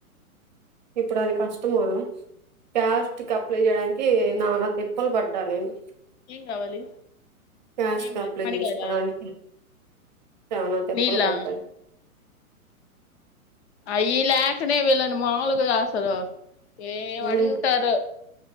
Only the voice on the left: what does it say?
ఏం గావాలి
ఏం
లే
<unintelligible>
మీళ్లా
అయి లేకనే వీళ్లను మాముల్గ అసలు ఏం
అడుగుతారో